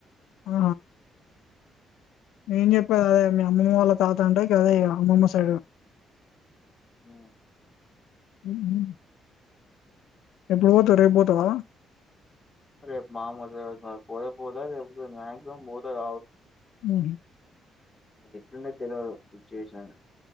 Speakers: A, on the left; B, on the left.
A: ఆ. నేను చెప్పేది అదే మీ అమ్మమ్మ వాళ్ళ తాత అంటే గదే ఇగ అమ్మమ్మ సైడ్.
B: ఆ.
A: హూమ్. ఎప్పుడు పోతావ్ రేపుపోతావా
B: ేపు మామలు పోదా పోదాే మక్సిమం పోదాక
A: ఉ
B: ఎటేండే తెల్వదు సిచ్యువేషన్